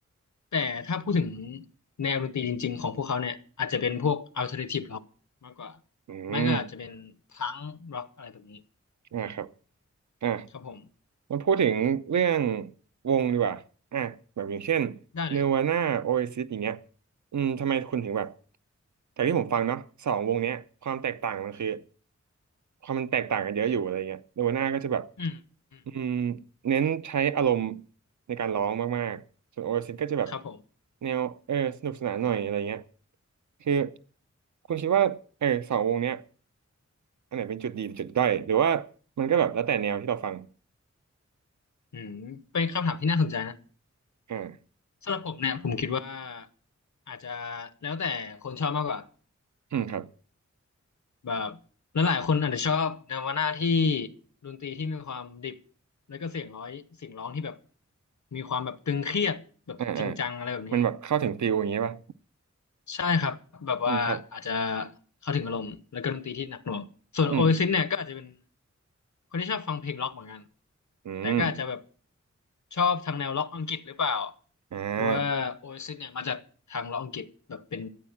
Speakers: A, on the left; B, on the right.
A: แต่ถ้าพูดถึงแนวดนตรีจริงๆของพวกเขาเนี่ยอาจจะเป็นพวก alternative rock มากกว่า
B: อืม
A: ไม่ก็อาจจะเป็นพังร็อกอะไรแบบนี้
B: อ่าครับอ่า
A: ครับผม
B: มาพูดถึงเรื่องวงดีกว่าอ่ะแบบอย่างเช่น
A: ได้เลยครับ
B: เนวาน่าโอเอซิสอย่างเงี้ยอืมทำไมคุณถึงแบบจากที่ผมฟังเนาะสองวงเนี้ยความแตกต่างมันคือความมันแตกต่างกันเยอะอยู่อะไรเงี้ยเนวาน่าก็จะแบบ
A: อืมอืม
B: อืมเน้นใช้อารมณ์ในการร้องมากๆส่วนโอเอซิสก็จะแบบ
A: ครับผม
B: แนวเออสนุกสนานหน่อยอะไรเงี้ยคือคุณคิดว่าเออสองวงเนี้ยอันไหนเป็นจุดดีเป็นจุดด้อยหรือว่ามันก็แบบแล้วแต่แนวที่เราฟัง
A: อืมเป็นคำถามที่น่าสนใจนะ
B: อ่า
A: สำหรับผมเนี่ยผมคิดว่าอาจจะแล้วแต่คนชอบมากกว่า
B: อืมครับ
A: แบบแลหลายๆคนอาจจะชอบแนวหน้าที่ดนตรีที่มีความดิบแล้วก็เสียงร้อยเสียงร้องที่แบบมีความแบบตึงเครียดแบบจริงจังอะไรแบบนี้
B: อ่าอ่ามันแบบเข้าถึงฟิลอย่างงี้ป่ะ
A: ใช่ครับแบบว่าอาจจะ
B: อืมครับ
A: เข้าถึงอารมณ์แล้วก็ดนตรีที่หนักหน่วงส่วนโอเอซิสเนี่ยก็อาจจะเป็น
B: อืม
A: คนที่ชอบฟังเพลงร็อกเหมือนกัน
B: อืม
A: แต่ก็อาจจะแบบชอบทางแนวร็อกอังกฤษหรือเปล่า
B: อ่า
A: เพราะว่า o อ s i s เอสเนี่ยมาจากทางล็อกอังกฤษแบบเป็น